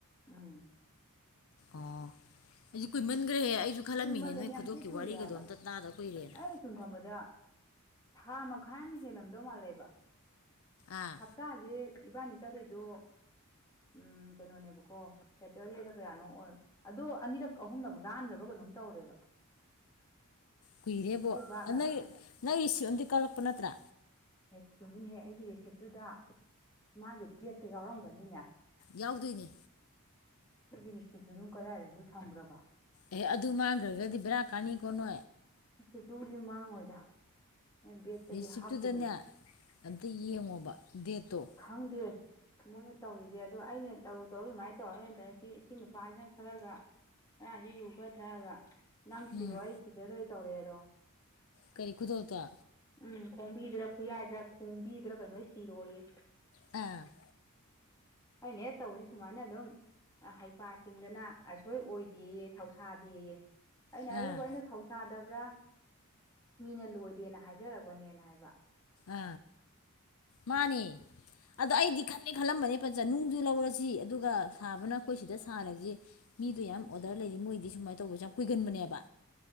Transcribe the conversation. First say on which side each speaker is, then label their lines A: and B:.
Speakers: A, on the left (about 15°); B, on the left (about 65°).
A: ꯎꯝ
B: ꯑꯣ ꯑꯗꯨ ꯀꯏꯃꯟꯈ꯭ꯔꯦꯍꯦ ꯑꯩ ꯑꯩꯁꯨ ꯈꯜꯂꯝꯃꯤꯅꯦ
A: ꯀꯨꯏꯃꯜꯂꯦꯃꯤ
B: ꯅꯣꯏ
A: ꯌꯥꯝ
B: ꯈꯨꯗꯣꯞꯀꯤ
A: ꯊꯤ ꯀꯨꯏꯔꯦ
B: ꯋꯥꯔꯤꯒꯗꯣ
A: ꯍꯥꯏꯕ
B: ꯑꯝꯇ ꯇꯥꯗ ꯀꯨꯏꯔꯦꯅ
A: ꯑꯩꯅ ꯁꯨꯝ ꯈꯟꯕꯗ ꯊꯥ ꯃꯈꯥꯏ ꯑꯃ ꯍꯦꯜꯂꯝꯗꯧ ꯃꯥꯜꯂꯦꯕ
B: ꯑꯥ
A: ꯍꯞꯇꯥꯁꯦ ꯏꯕꯥꯅꯤ ꯆꯠꯂꯤꯗꯣ ꯎꯝ ꯀꯩꯅꯣꯅꯦꯕꯀꯣ ꯁꯦꯇꯔꯗꯦꯗ ꯀꯌꯥꯅꯣ ꯑꯣꯏ ꯑꯗꯣ ꯑꯅꯤꯔꯛ ꯑꯍꯨꯝꯂꯛ ꯂꯥꯟꯈ꯭ꯔꯕ ꯀꯩꯅꯣꯝ ꯇꯧꯔꯦꯕ
B: ꯀꯨꯏꯔꯦꯕꯣ
A: ꯑꯩ ꯚꯥꯞꯅꯔ
B: ꯑꯗ ꯅꯪ ꯅꯪ ꯔꯤꯁꯤꯞ ꯑꯝꯗꯤ ꯀꯂꯛꯄ ꯅꯠꯇ꯭ꯔꯥ
A: ꯑꯦ ꯆꯨꯃꯤꯅꯦꯍꯦ ꯑꯩꯒꯤ ꯔꯤꯁꯤꯞꯇꯨꯗ ꯃꯥꯒꯤ ꯗꯦꯠꯇꯨ ꯌꯥꯎꯔꯝꯒꯅꯤꯅꯦ
B: ꯌꯥꯎꯗꯣꯏꯅꯦ
A: ꯑꯩ ꯗꯤꯁꯇ꯭ꯔꯤꯛꯇꯨ ꯑꯗꯨꯝ ꯀꯗꯥꯏꯗꯕꯨ ꯊꯝꯈ꯭ꯔꯕ
B: ꯑꯦ ꯑꯗꯨ ꯃꯥꯡꯈ꯭ꯔꯒꯗꯤ ꯕꯦꯔꯥ ꯀꯥꯅꯤ ꯀꯣꯅꯣ
A: ꯑ ꯇꯨꯗꯤ ꯃꯥꯡꯉꯣꯏꯗ ꯑꯩꯅ ꯕꯦꯛꯇꯗꯤ
B: ꯔꯤꯁꯤꯞꯇꯨꯗꯅꯦ
A: ꯍꯥꯞꯈꯤꯕꯅꯤ
B: ꯑꯝꯇ ꯌꯦꯡꯉꯣꯕ ꯗꯦꯠꯇꯣ
A: ꯈꯪꯪꯗꯌꯦ ꯃꯣꯏꯅ ꯇꯧꯔꯤꯁꯦ ꯑꯗꯣ ꯑꯩꯅ ꯇꯧꯨ ꯇꯧꯔ ꯁꯨꯃꯥꯏꯅ ꯇꯧꯔꯅꯤꯗ ꯁꯤ ꯁꯤ ꯅꯨꯄꯥꯁꯤꯅ ꯈꯔꯒ ꯉꯔꯥꯡꯁꯤ ꯌꯨ ꯈꯔ ꯊꯛꯑꯒ ꯅꯪ
B: ꯎꯝ
A: ꯁꯤꯔꯣꯑꯣ ꯑꯩ ꯁꯤꯔꯔꯣꯏ ꯇꯧꯔꯛꯑꯦ ꯑꯗꯣ
B: ꯀꯔꯤ ꯀꯨꯗ ꯇ
A: ꯎꯝ ꯈꯣꯡꯕꯤꯗꯔ ꯈꯨꯌꯥꯏꯗ꯭ꯔꯥ ꯈꯣꯡꯕꯤꯗꯔ ꯀꯩꯅꯣ ꯁꯤꯔꯣꯏꯌꯦ
B: ꯑ
A: ꯑꯅꯦ ꯍ ꯇꯧꯕꯁꯤ ꯁꯨꯃꯥꯏꯅ ꯑꯗꯨꯝ ꯍꯩꯄꯥꯁꯤꯡꯗꯅ ꯑꯁꯣꯏ ꯑꯣꯏꯗꯦꯌꯦ ꯊꯧꯁꯥꯗꯦꯌꯦ ꯑꯩꯅ
B: ꯑꯥ
A: ꯑꯗꯨꯕꯨ ꯑꯩꯅ ꯊꯧꯁꯥꯗꯕ꯭ꯔꯥ ꯃꯤꯅ ꯂꯣꯏꯗꯦꯅ ꯍꯥꯏꯖꯔꯛꯄꯅꯦꯅ ꯍꯥꯏꯕ
B: ꯑ ꯃꯥꯅꯤ ꯑꯗꯣ ꯑꯩꯗꯤ ꯈꯜꯂꯦ ꯈꯜꯂꯝꯕꯅꯦ ꯄꯟꯖ ꯅꯨꯡꯁꯨ ꯂꯧꯔꯁꯤ ꯑꯗꯨꯒ ꯁꯥꯕꯅ ꯑꯩꯈꯣꯏ ꯁꯤꯗ ꯁꯥꯔꯁꯤ ꯃꯤꯗꯣ ꯌꯥꯝ ꯑꯣꯗꯔ ꯂꯩꯔꯤ ꯃꯣꯏꯗꯤ ꯁꯨꯃꯥꯏꯅ ꯇꯧꯕꯁꯨ ꯌꯥꯝ ꯀꯨꯏꯒꯟꯕꯅꯦꯕ